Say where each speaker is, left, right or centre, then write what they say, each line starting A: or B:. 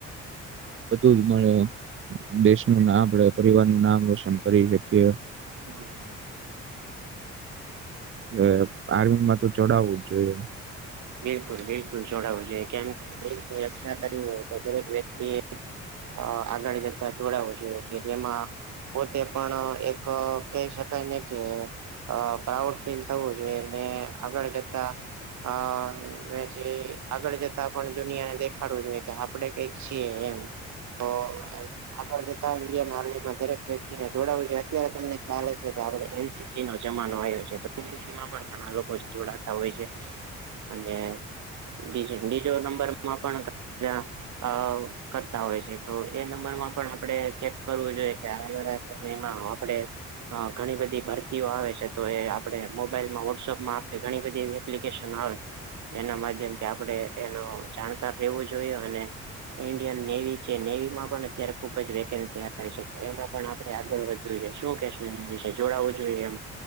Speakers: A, on the right (about 40°); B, on the right (about 70°).
A: બધું જ મળે. દેશનું ને આપણે પરિવારનું નામ રોશન કરી શકીએ.
B: હમ
A: ને આર્મીમાં તો જોડાવું જ જોઈએ.
B: બિલકુલ બિલકુલ જોડાવું જોઈએ. કેમ કે દેશને રક્ષા કરવી હોય તો દરેક વ્યક્તિએ અ આગળ જતા જોડાવું જોઈએ કે જેમાં પોતે પણ એક કહી શકાય ને કે અ પ્રાઉડ ફીલ થવું જોઈએ ને આગળ જતા અ ને જે આગળ જતા પણ દુનિયાને દેખાડવું જોઈએ કે આપડે કઈક છીએ એમ. તો <inaudible> આગળ જતા ઈન્ડિયન આર્મીમાં દરેક વ્યક્તિને જોડાવું છે. અત્યારે તમને ખ્યાલ હશે કે આપણે એનસી સી નો જમાનો આવ્યો છે તો એનસીસીમાં પણ ઘણા લોકો જોડાતા હોય છે. અને બીજું બીજો નંબરમાં પણ ઘણા અ કરતા હોય છે તો એ નંબરમાં પણ આપણે ચેક કરવું જોઈએ કે આ <inaudible> સમયમાં આપડે અ ઘણી બધી ભરતીઓ આવે છે તો એ આપણે મોબાઈલમાં વોટ્સઅપમાં આપણે ઘણી બધી એપ્લિકેશન આવે. એના માધ્યમથી આપણેે એનો જાણકાર લેવું જોઈએ, અને- ઈન્ડિયન નેવી છે, નેવીમાં પણ અત્યારે ખુબ જ વેકેન્સી આવે છે એમાં પણ આપડે આગળ વધ- જોઈએ, શું કેશું એના વિશે જોડાવું જોઈએ એમ-